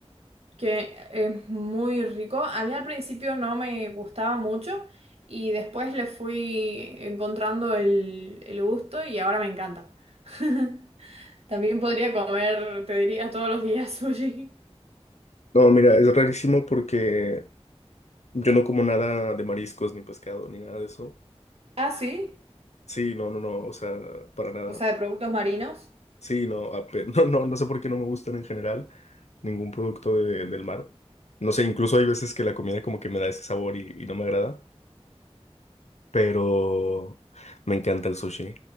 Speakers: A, on the right (about 65°); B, on the left (about 85°).
A: que es muy rico. A mí al principio no me gustaba mucho y después le fui encontrando el, el gusto y ahora me encanta. <laughs> También podría comer, te diría, todos los días <laughs> sushi.
B: no, mira, es rarísimo porque yo no como nada de mariscos, ni pescado, ni nada de eso.
A: Ah, sí,
B: Sí, no, no, no, o sea, para nada.
A: o sea, de productos marinos.
B: Sí, no, ape- <laughs> no, no, no sé por qué no me gustan en general ningún producto de- del mar. No sé, incluso hay veces que la comida como que me da ese sabor y y no me agrada. pero me encanta el sushi.